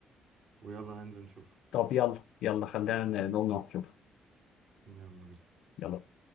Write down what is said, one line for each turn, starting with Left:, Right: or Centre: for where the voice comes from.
Right: ويلا ننزل نشوف
Left: طب يلا يلا خلينا ن- نقوم نروح نشوفه
Right: يلا بينا
Left: يلا